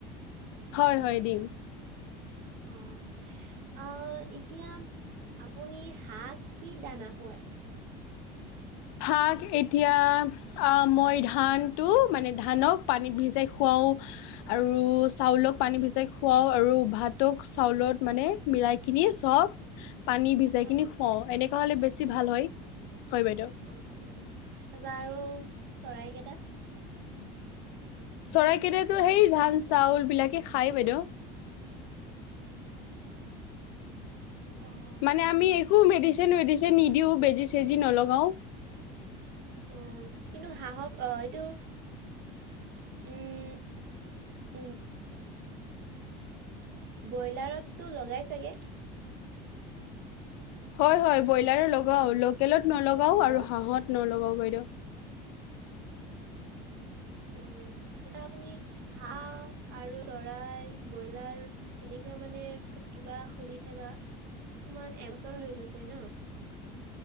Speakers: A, on the left (about 75°); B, on the right (about 60°).
A: হয় হয় ডিম।
B: অহ। আ এতিয়া আপুনি হাঁক কি দানা খুৱাই?
A: হাঁক এতিয়া আ মই ধান টো মানে ধানক পানীত ভিজাই খুৱাও। ও আৰু চাউলক পানী ভিজাই খুৱাও আৰু ভাতক চাউলত মানে মিলাই কিনি চব পানী ভিজাই
B: অ'
A: কিনি
B: অ'
A: খুৱাও এনেকুৱা হলে বেছি ভাল হয়, হয় বাইদেউ।
B: অ অ অ। তাপিছ আৰু চৰাইকেইটাত।
A: চৰাইকেইটাতো সেই ধান চাউল বিলাকে খাই বাইদেউ।
B: অ'
A: মানে আমি একো মেডিচিন ৱেডিচিন নিদিওঁ বেজি চেজি নলগাওঁ।
B: উম। কিন্তু হাহক অহ এইটো উম। উম। ব্ৰইলাৰততো লগাই চাগে?
A: হয় হয় ব্ৰইলাৰত লগাও। লোকেলত নলগাও
B: হেল্ল'।
A: আৰু হাঁহত নলগাও বাইদেউ।
B: অ। এতিয়া আপুনি হাঁহ আৰু চৰাই, ব্ৰইলাৰ এনেকা মানে কিবা খুলি থাকা। কিমান এবছৰ হৈ গৈছে ন?